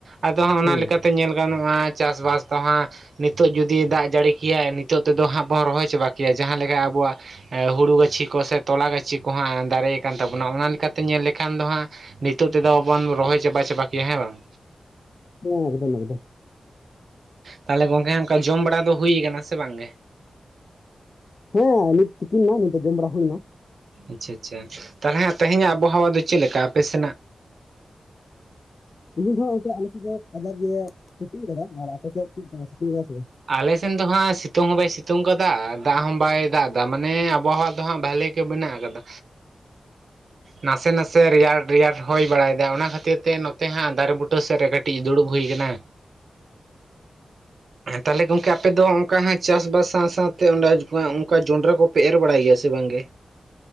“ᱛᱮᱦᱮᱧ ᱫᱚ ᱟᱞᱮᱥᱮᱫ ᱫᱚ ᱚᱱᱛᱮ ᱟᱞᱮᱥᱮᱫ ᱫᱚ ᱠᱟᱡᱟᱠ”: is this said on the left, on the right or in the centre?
Left